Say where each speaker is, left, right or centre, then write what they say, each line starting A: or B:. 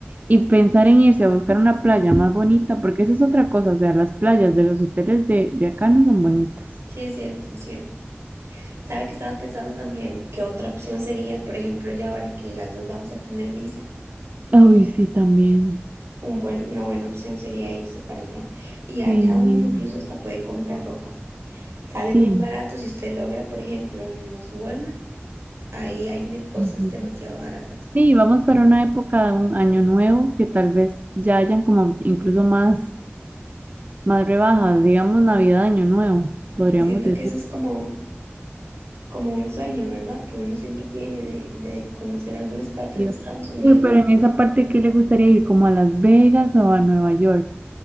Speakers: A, on the right; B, on the right.
A: y pensar en irse a buscar una playa más bonita, porque eso es otra cosa, o sea, las playas de los hoteles de, de acá no son bonitas.
B: Sí, es cierto, es cierto. ¿Sabe que estaba pensando también que otra opción sería, por ejemplo, ya ahora que las dos vamos a tener visa,
A: Uy, sí, también.
B: un buen, una buena opción sería irse para allá. Y allá
A: Sí,
B: uno
A: sí.
B: incluso hasta puede comprar ropa. Sale
A: Sí,
B: muy barato si usted logra, por ejemplo, en los Walmart, ahí hay de cosas
A: Ujú.
B: demasiado baratas.
A: Sí, vamos para una época de un año nuevo que tal vez ya hayan como incluso más, más rebajas, digamos Navidad, Año Nuevo, podríamos
B: Y siento
A: decir.
B: que eso es como como un sueño, ¿verdad? Que uno siempre tiene de, de conocer algunas partes
A: Yo,
B: de Estados Unidos.
A: Uy, pero en esa parte, ¿qué le gustaría ir? ¿Como a Las Vegas o a Nueva York?